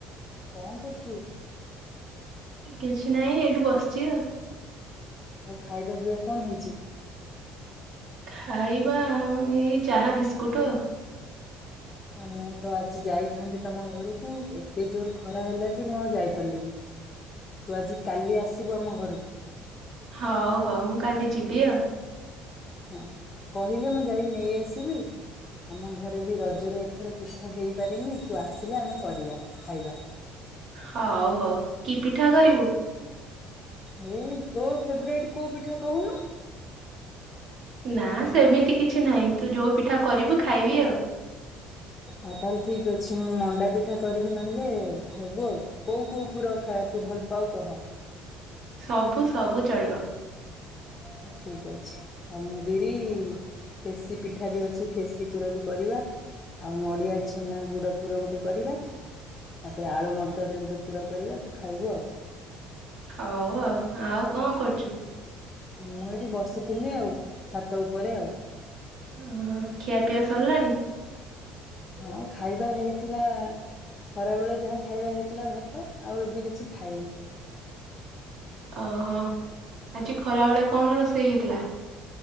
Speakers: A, on the left (about 35°); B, on the right (about 65°).
A: ହଁ କଣ କରୁଛୁ?
B: କିଛି ନାଇଁ ଏଇଠି ବସିଛି ଆଉ।
A: ଆଉ ଖାଇବା ପିଇବା କଣ ହେଇଛି?
B: ଖାଇବା ମି ଇଏ ଚାହା ବିସ୍ କୁଟ
A: ଆ ମୁଁ ତ ଆଜି ଯାଇଥାନ୍ତି ତମ ଘରକୁ ଏତେ ଜୋରରେ ଖରା ହେଲା ଯେ ମୁଁ ଆଉ ଯାଇପାରିଲିନି। ତୁ ଆଜି କାଲି ଆସିବୁ ଆମ ଘରକୁ।
B: ହଉ ହଉ ମୁଁ କାଲି ଯିବି ଆଉ
A: ହଁ କହିଲେ ମୁଁ ଯାଇ ନେଇଆସିବି। ଆମ ଘରେ ବି ରଜରେ ଏଥର ପିଠା ହେଇପାରିନି ତୁ ଆସିଲେ ଆମେ କରିବା ଖାଇବା।
B: ହଉ ହଉ କି ପିଠା କରିବୁ?
A: ହେ ତୋ ଫେବରାଇଟି କୋଉ ପିଠା କହୁନୁ?
B: ନା ସେମିତି କିଛି ନାହିଁ ତୁ ଯୋଉ ପିଠା କରିବୁ ଖାଇବି ଆଉ।
A: ଆଉ ତାହେଲେ ଠିକ ଅଛି ମୁଁ ମଣ୍ଡା ପିଠା କରିବି ନହେଲେ ଖାଇବୁ ଆଉ। କୋଉ କୋଉ ପୁର ଖାଇବା ତୁ ଭଲ ପାଉ କହ?
B: ସବୁ ସବୁ ଚଳିବ।
A: ହଉ ଠିକ ଆଉ ମୁଁ ବିରି ଫେସି ପିଠା ବି ଅଛି ଫେସି ପୁର ବି କରିବା। ଆଉ ନଡିଆ ଛେନା ଗୁଡ ପୁର ଗୋଟେ କରିବା। ତାପରେ ଆଳୁ ମଟରରେ ଗୋଟେ ପୁର କରିବା। ତୁ ଖାଇବୁ ଆଉ
B: ହଉ ଆଉ ଆଉ କଣ କରୁଛୁ?
A: ମୁଁ ଏଇଠି ବସିଥିଲି ଆଉ ଛାତ ଉପରେ ଆଉ
B: ଅ ହଁ ଖିଆପିଆ ସରିଲାଣି
A: ହଁ ଖାଇବା ହେଇଥିଲା ଖରା ବେଳେ ଯାହା ଖାଇବା ହେଇଥିଲା ଭାତ ଆଉ ଏବେ କିଛି ଖାଇନି।
B: ଓହୋ ଆଜି ଖରା ବେଳେ କଣ ରୋଷେଇ ହେଇଥିଲା?